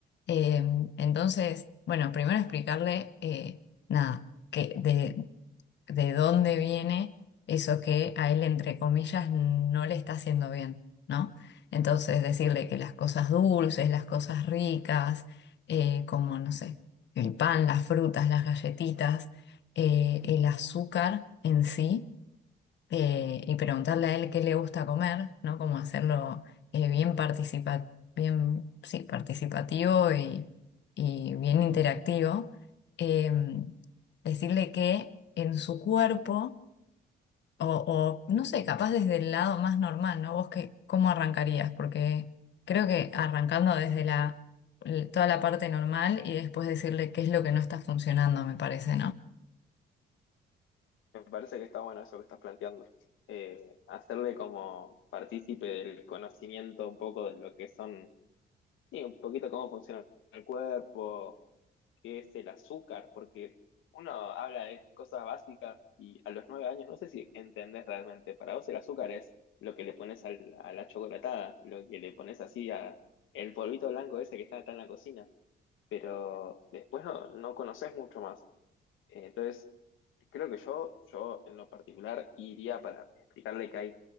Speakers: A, on the left; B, on the left.
A: Eh, entonces, bueno, primero explicarle, eh, nada, que de, de dónde viene eso que a él, entre comillas, no le está haciendo bien, ¿no? Entonces, decirle que las cosas dulces, las cosas ricas, eh, como, no sé, el pan, las frutas, las galletitas, eh, el azúcar en sí eh, y preguntarle a él qué le gusta comer, ¿no? Como hacerlo eh, bien participa- bien, sí, participativo y, y bien interactivo. Em, decirle que en su cuerpo, o, o, no sé, capaz desde el lado más normal, ¿no? ¿Vos qué, cómo arrancarías? Porque creo que arrancando desde la, l- toda la parte normal y después decirle qué es lo que no está funcionando, me parece, ¿no?
B: Me parece que está bueno eso que estás planteando. Eh, hacerle como partícipe del conocimiento un poco de lo que son, sí, un poquito cómo funciona el cuerpo, que es el azúcar, porque uno habla de cosas básicas y a los nueve años no sé si entendés realmente. Para vos el azúcar es lo que le pones al- a la chocolatada, lo que le pones así a el polvito blanco ese que está acá en la cocina, pero después no, no conoces mucho más. Eh, Entonces, creo que yo, yo en lo particular iría para explicarle que hay